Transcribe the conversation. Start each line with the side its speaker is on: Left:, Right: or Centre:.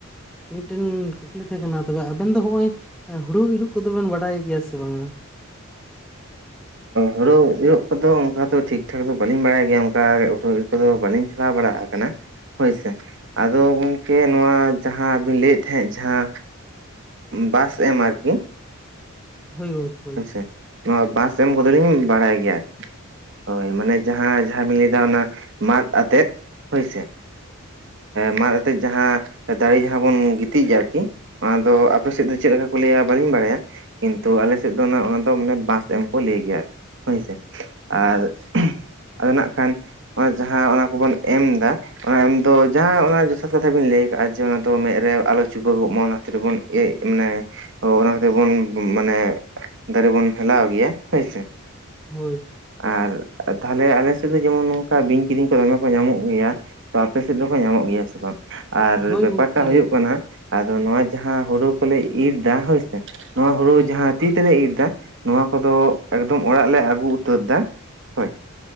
Centre: ᱢᱤᱫᱴᱮᱱ ᱠᱩᱠᱞᱤ ᱛᱟᱦᱮᱸ ᱠᱟᱱᱟ ᱛᱚᱵᱮ ᱟᱵᱮᱱ ᱫᱚ ᱦᱚᱜ-ᱚᱭ ᱦᱩᱲᱩ ᱤᱨᱚᱜ ᱠᱚᱫᱚᱵᱮᱱ ᱵᱟᱰᱟᱭ ᱜᱮᱭᱟ ᱥᱮ ᱵᱟᱝᱟ
Right: ᱦᱳᱲᱳ ᱤᱨᱚᱜ ᱠᱚᱫᱚ ᱚᱱᱠᱟ ᱫᱚ ᱴᱷᱤᱠ ᱴᱷᱟᱠ ᱫᱚ ᱵᱟᱹᱞᱤᱧ ᱵᱟᱲᱟᱭ ᱜᱮᱭᱟ ᱚᱱᱠᱟ ᱦᱳᱲᱳ ᱟᱫᱚ ᱵᱟᱹᱞᱤᱧ ᱪᱟᱞᱟᱣ ᱵᱟᱲᱟ ᱟᱠᱟᱱᱟ ᱦᱳᱭᱥᱮ ᱟᱫᱚ ᱜᱚᱢᱠᱮ ᱱᱚᱣᱟ ᱡᱟᱦᱟᱸ ᱵᱤᱱ ᱞᱟᱹᱭᱮᱫ ᱛᱟᱦᱮᱸᱫ ᱡᱟᱦᱟᱸ ᱵᱟᱥ ᱮᱢ ᱟᱨᱠᱤ
Centre: ᱦᱳᱭ ᱜᱚᱝᱠᱮ ᱦᱳᱭ
Right: ᱦᱳᱭᱥᱮ ᱱᱚᱣᱟ ᱵᱟᱥ ᱮᱢ ᱠᱚᱫᱚᱞᱤᱧ ᱵᱟᱲᱟᱭ ᱜᱮᱭᱟ ᱟᱨᱠᱤ ᱦᱳᱭ ᱢᱟᱱᱮ ᱡᱟᱦᱟᱸ ᱡᱟᱦᱟᱸ ᱵᱤᱱ ᱞᱟᱹᱭ ᱫᱟᱲᱟ ᱚᱱᱟ ᱢᱟᱫ ᱟᱛᱮᱫ ᱦᱳᱭᱥᱮ ᱢᱟᱫ ᱟᱛᱮᱜ ᱡᱟᱦᱟᱸ ᱫᱟᱨᱮ ᱡᱟᱦᱟᱸ ᱵᱚᱱ ᱜᱤᱛᱤᱡ-ᱟ ᱟᱨᱠᱤ ᱚᱱᱟᱫᱚ ᱟᱯᱮ ᱥᱮᱫ ᱫᱚ ᱪᱮᱫ ᱞᱮᱠᱟ ᱠᱚ ᱞᱟᱹᱭᱟ ᱵᱟᱹᱞᱤᱧ ᱵᱟᱲᱟᱭᱟ ᱠᱤᱱᱛᱩ ᱟᱞᱮ ᱥᱮᱫ ᱫᱚ ᱚᱱᱟ ᱫᱚ ᱢᱟᱱᱮ ᱵᱟᱸᱥ ᱮᱢ ᱠᱚ ᱞᱟᱹᱭ ᱜᱮᱭᱟ ᱟᱨᱠᱤ ᱦᱳᱭᱥᱮ ᱟᱨ ᱟᱫᱚ ᱱᱟᱜ ᱠᱷᱟᱱ ᱚᱱᱟ ᱡᱟᱦᱟᱸ ᱚᱱᱟ ᱠᱚᱵᱚᱱ ᱮᱢ ᱫᱟ ᱚᱱᱟ ᱮᱢ ᱫᱚ ᱡᱟᱦᱟᱸ ᱚᱱᱟ ᱡᱚᱛᱷᱟᱛ ᱠᱟᱛᱷᱟ ᱵᱤᱱ ᱞᱟᱹᱭ ᱟᱠᱟᱜᱼᱟ ᱡᱮ ᱚᱱᱟ ᱫᱚ ᱢᱮᱫ ᱨᱮ ᱟᱞᱚ ᱪᱩᱵᱟᱹᱜᱚᱜ ᱢᱟ ᱚᱱᱟ ᱠᱷᱟᱛᱤᱨ ᱢᱟᱱᱮ ᱚᱱᱟ ᱠᱷᱟᱹᱛᱤᱨ ᱵᱚᱱ ᱢᱟᱱᱮ ᱫᱟᱨᱮ ᱵᱚᱱ ᱦᱮᱞᱟᱣ ᱜᱮᱭᱟ ᱦᱳᱭ ᱥᱮ
Centre: ᱦᱳᱭ
Right: ᱟᱨ ᱛᱟᱦᱚᱞᱮ ᱟᱞᱮ ᱥᱮᱫ ᱫᱚ ᱡᱮᱢᱚᱱ ᱱᱚᱝᱠᱟ ᱵᱤᱧ ᱠᱤᱫᱤᱧ ᱠᱚ ᱫᱚᱢᱮ ᱠᱚ ᱧᱟᱢᱚᱜ ᱜᱮᱭᱟ ᱛᱚ ᱟᱯᱮ ᱥᱮᱫ ᱫᱚᱠᱚ ᱧᱟᱢᱚᱜ ᱜᱮᱭᱟ ᱥᱮ ᱵᱟᱝ ᱟᱨ
Centre: ᱦᱳᱭ
Right: ᱵᱮᱯᱟᱨᱴᱟᱜ
Centre: ᱜᱚᱝᱠᱮ
Right: ᱦᱳᱭᱳᱜ ᱠᱟᱱᱟ ᱟᱫᱚ ᱱᱚᱣᱟ ᱡᱟᱦᱟᱸ ᱦᱳᱲᱳ ᱠᱚᱞᱮ ᱤᱨ ᱫᱟ ᱦᱳᱭᱥᱮ ᱱᱚᱣᱟ ᱦᱳᱲᱳ
Centre: ᱦᱳᱭ
Right: ᱡᱟᱦᱟᱸ ᱛᱤ ᱛᱮᱞᱮ ᱤᱨ ᱫᱟ ᱱᱚᱣᱟ ᱠᱚᱫᱚ ᱮᱠᱫᱚᱢ ᱚᱲᱟᱜ ᱞᱮ ᱟᱹᱜᱩ ᱩᱛᱟᱹᱨ ᱮᱫᱟ ᱦᱳᱭ